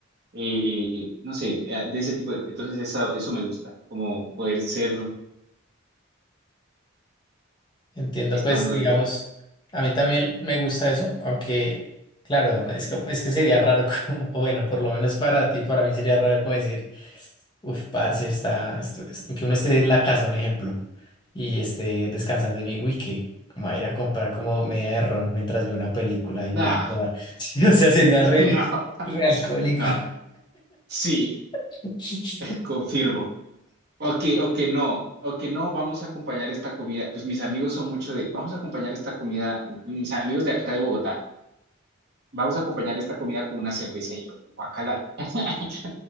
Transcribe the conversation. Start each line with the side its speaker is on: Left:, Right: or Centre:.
Right: eh, no sé, eh, de ese tipo de cosas. Entonces eso, eso me gusta, como poder ser
Left: Entiendo,
Right: estando
Left: pues digamos,
Right: ebrio.
Left: a mí también me gusta eso, aunque claro, no, es que, es que sería raro, <laughs> como- o bueno, por lo menos para ti, para mí sería raro como decir, uff, parce, está, esto es- que uno esté en la casa, un ejemplo, y esté descansando y digo, uy, que como a ir a comprar como media de ron mientras veo una película y
Right: Nah,
Left: me la va a tomar. <laughs> Sí, o sea, sería
Right: <laughs>
Left: re,
Right: no,
Left: re alcohólico.
Right: no, sí,
Left: <laughs>
Right: confirmo. O que, o que no, o que no, vamos a acompañar esta comida. Pues mis amigos son mucho de, vamos a acompañar esta comida, mis amigos de acá de Bogotá. Vamos a acompañar esta comida con una cerveza y yo, guacala. <laughs>